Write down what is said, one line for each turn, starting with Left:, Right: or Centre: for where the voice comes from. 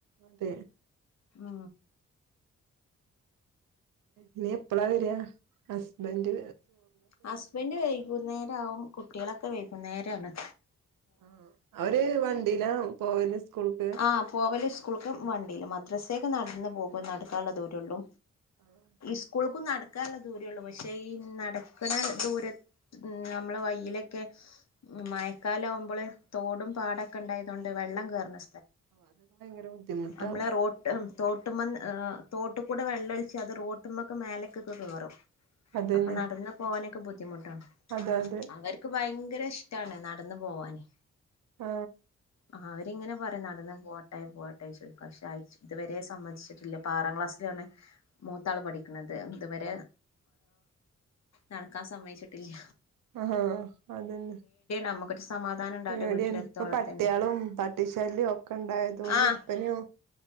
Right: അതെ
Left: ആ
Right: ഇനീ എപ്പളാ വരിയാ ഹസ്ബന്ഡ്
Left: ഹസ്ബൻഡ് വൈകുന്നേര ആവും കുട്ടികളൊക്കെ വൈകുന്നേരണ്
Right: ആ അവര് വണ്ടീനാ പോവല് സ്കൂൾക്ക്
Left: ആ പോവല് സ്കൂൾക്ക് വണ്ടിയില് മദ്രസയൊക്കെ നടന്ന് പോകും നടക്കാനുള്ള ദൂരമുള്ളൂ
Right: ആഹ്
Left: സ്കൂൾ നടക്കാനുള്ള ദൂരേള്ളു പക്ഷേ ഈ നടക്കണ ദൂര നമ്മള് വഴിലൊക്കെ മഴക്കാല ആകുമ്പോള് തോടും പാടൊക്കെ ഉണ്ടായതുകൊണ്ട് വെള്ളം കയറുന്ന
Right: ഓ അതൊക്കെ ഭയങ്കര ബുദ്ധിമുട്ടാവും
Left: നമ്മളെ റോട്ട് തോട്ടുമ്മൻ തോട്ട് കൂടെ വെള്ളമൊലിച്ച് അത് റോട്ടുമ്മൊക്കെ മേലക്കൊക്കെ കേയറും
Right: അതന്നെ
Left: അപ്പൊ നടന്ന് പോകാനൊക്കെ ബുദ്ധ ബുദ്ധിമുട്ടാണ്
Right: അതെ അതെ
Left: അവർക്ക് ഭയങ്കര ഇഷ്ടമാണ് നടന്ന് പോവാന്
Right: ആ
Left: അവരിങ്ങനെ പറഞ്ഞ നടന്നാ പോട്ടേയി പോട്ടേയി ചോദിക്കും പക്ഷെ ഇതുവരെ സമ്മതിച്ചിട്ടില്ല ഇപ്പോ ആറാം ക്ലാസിലാണ് മൂത്താള് പഠിക്കണുന്നത് ഇതുവരെ നടക്കാൻ സമ്മയിച്ചിട്ടില്ല
Right: ആ അതന്നെ
Left: നമ്മുക്കൊരു സമാധാനം ഉണ്ടാവില്ല
Right: പേടിയാണ്
Left: വീട്ടിലെത്തോളത്തിന്
Right: ഇപ്പൊ പട്ടിയാളും പട്ടിശല്യവും ഒക്കെ ഉണ്ടായത്കൊണ്ട്
Left: ആഹ്
Right: ഇപ്പനോ